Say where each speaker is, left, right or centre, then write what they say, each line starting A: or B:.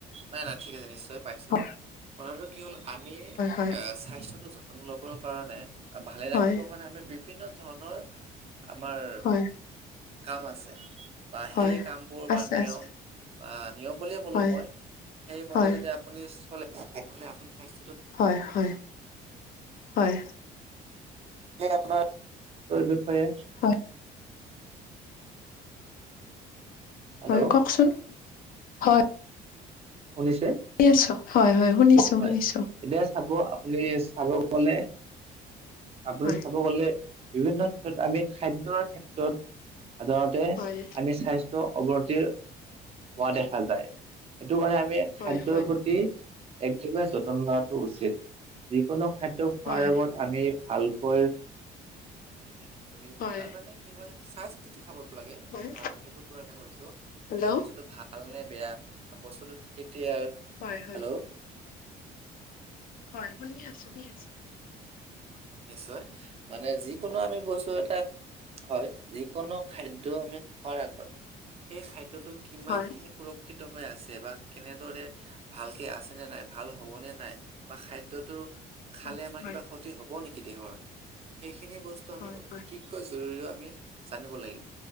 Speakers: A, on the right; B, on the left.
A: নাই নাই ঠিক আছে নিশ্চয় পাইছো
B: হয়
A: কথাটো কি হ'ল আমি
B: হয়
A: এ স্বাস্থ্যতো যতন ল'বৰ কাৰণে ভালে ৰাখিবৰ
B: হয়
A: কাৰণে আমি বিভিন্ন ধৰণৰ আমাৰ
B: হয়
A: কাম আছে বা
B: হয়
A: সেই কামবোৰ বা
B: আছে
A: নিয়ম
B: আছে
A: অ নিয়ম বুলিয়ে ক'লো
B: হয়
A: মই সেইমতে
B: হয়
A: যদি আপুনি চলে তেনেহলে স্বাস্থ্যটো
B: হয় হয় হয়
A: আপোনাৰ বিষয়ে
B: হয়,
A: হেল্ল'
B: হয় কওকচোন হয়
A: শুনিছে
B: শুনি আছোঁ। হয় হয় শুনিছোঁ,
A: হয়
B: শুনিছোঁ।
A: এতিয়া চাব আপুনি চাব গলে আপুনি
B: হয়,
A: চাব গলে বিভিন্ন ক্ষেত্ৰত আমি খাদ্যৰ ক্ষেত্ৰত সাধাৰণতে
B: হয়,
A: আমি স্বাস্থ্যৰ অৱনতিৰ হোৱা দেখা যায়। সেইটো কাৰণে আমি
B: হয়,
A: খাদ্যৰ
B: হয়,
A: প্ৰতি একদমে যত্ন লোৱাটো উচিত যিকোনো খাদ্য খোৱাৰ
B: হয়,
A: আগত আমি ভালকৈ কি কৰি
B: হয়,
A: তাৰ মানে কি হয় চাই চিতি খাব। লাগে
B: হয়,
A: কথাটো সেইটো কাৰণে কৈছো
B: হেল্ল'
A: যে বস্তুতটো ভাল নে বেয়া বস্তুটো কেতিয়াৰ
B: হয়, হয়,
A: হেল্ল'
B: হয় শুনি আছো শুনি আছো
A: নিশ্চয় মানে যিকোনো আমি বস্তু এটাক হয় যিকোনো খাদ্যয় আমি খোৱাৰ আগত সেই খাদ্যটো কিমান
B: হয়,
A: খিনি দূষিত হৈ আছে বা কেনেদৰে ভালকে আছেনে নাই ভাল হ'বনে নাই বা খাদ্য টো খালে
B: হয়,
A: আমাৰ
B: হয়,
A: কিবা ক্ষতি হব নেকি দেহৰ সেইখিনি বস্তু আমি
B: হয়,
A: অতিকৈ
B: হয়।
A: জৰুৰী আমি জানিব লাগিব